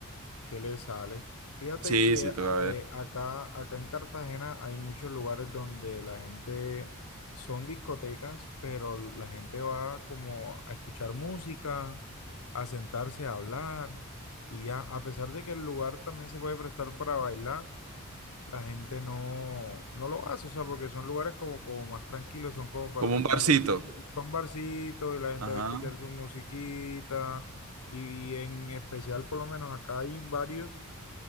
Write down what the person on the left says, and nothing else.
que le sale. Fíjate
que
a-
eh, acá, acá en Cartagena hay muchos lugares donde la gente son discotecas, pero la gente va como a escuchar música, a sentarse a hablar y ya, a pesar de que el lugar también se puede prestar para bailar, la gente no, no lo hace, o sea, porque son lugares como, como más tranquilos, son como para
tú
estar
chill, son barcitos y la gente
va a escuchar su musiquita. Y en especial, por lo menos acá hay varios